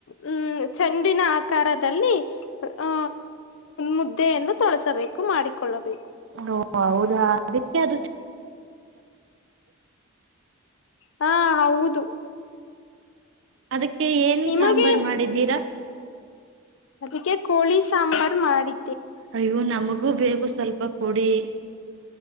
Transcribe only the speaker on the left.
ಹ್ಮ್ ಚೆಂಡಿನ ಆಕಾರ ದಲ್ಲಿ ಆ ಮುದ್ದೆಯನ್ನು ತೊಳಸಬೇಕು. ಮಾಡಿಕೊಳ್ಳಬೇಕು
ಹಾ ಹೌದು.
ನಿಮಗೆ
ಅದಕ್ಕೆ ಕೋಳಿ ಸಾಂಬಾರ್ ಮಾಡಿ